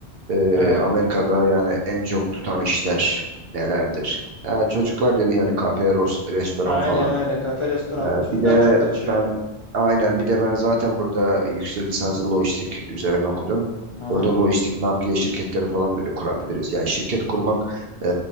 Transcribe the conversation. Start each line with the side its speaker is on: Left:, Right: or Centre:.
Right: Ee,
Left: Evet.
Right: Amerika'da yani en çok tutan işler nelerdir? Ya çocuklar dedi yani kafe, ros- restoran
Left: Aynen
Right: falan.
Left: öyle. Kafe, restoran.
Right: Ee,
Left: Türkler
Right: bir de
Left: çok açıyor.
Right: ben aynen bir de ben zaten burada yüksek lisansı lojistik üzerine okudum.
Left: Hı hı.
Right: Orada lojistik nakliye şirketleri falan böyle kurabiliriz. Yani şirket kurmak e,